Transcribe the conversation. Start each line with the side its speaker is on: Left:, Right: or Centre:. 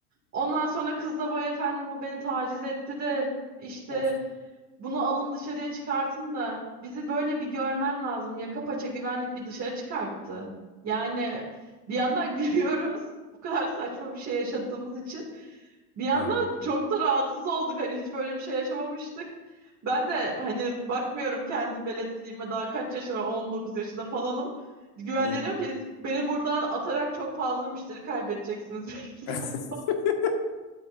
Right: Ondan sonra kız da vay efendim bu beni taciz etti de işte
Left: Of.
Right: bunu alın dışarıya çıkartın da bizi böyle bir görmen lazım. Yaka paça güvenlik bir dışarı çıkarttı. Yani bir yandan <laughs> gülüyoruz. Bu kadar saçma bir şey yaşadığımız için. Bir yandan
Left: Ha.
Right: çok da rahatsız olduk. Hani hiç böyle bir şey yaşamamıştık. Ben de hani bakmıyorum kendi veletliğime daha kaç yaşıma 19 yaşında falanım. Güvenliğe
Left: Hı.
Right: diyorum ki beni buradan atarak çok fazla müşteri kaybedeceksiniz.
Left: <laughs>
Right: <laughs>